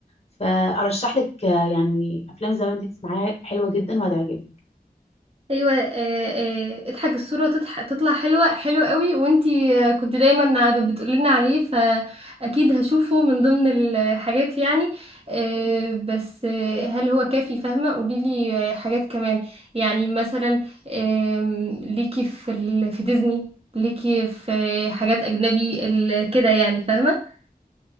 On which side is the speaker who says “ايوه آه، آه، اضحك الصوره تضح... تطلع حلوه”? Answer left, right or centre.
Right